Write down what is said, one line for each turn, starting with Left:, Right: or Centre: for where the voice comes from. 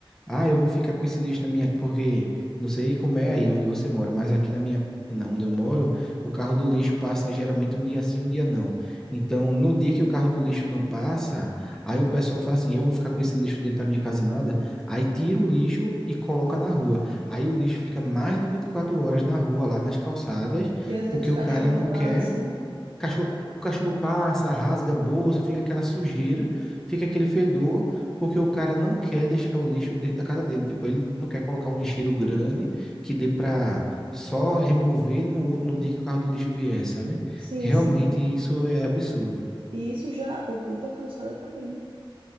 Centre: ah, eu vou ficar com esse lixo na minha, porque não sei como é aí onde você mora, mas aqui na minha, na- onde eu moro, o carro do lixo passa geralmente um dia sim, um dia não. Então, no dia que o carro do lixo não passa, aí o pessoal fala assim: eu vou ficar com esse lixo dentro da minha casa nada. Aí tira o lixo e coloca na rua. Aí o lixo fica mais de 24 horas na rua, lá nas calçadas,
Right: E às
Centre: porque
Right: vezes o
Centre: o
Right: cachorro
Centre: cara não quer
Right: passa, né?
Centre: Cachorro, o cachorro passa, rasga a bolsa, fica aquela sujeira, fica aquele fedor, porque o cara não quer deixar o lixo dentro da casa dele. Tipo, ele não quer colocar um lixeiro grande que dê para só remover no, no dia que o carro do lixo vier, sabe?
Right: Sim,
Centre: Realmente
Right: sim.
Centre: isso é absurdo.
Right: E isso já ocupa a calçada também, né?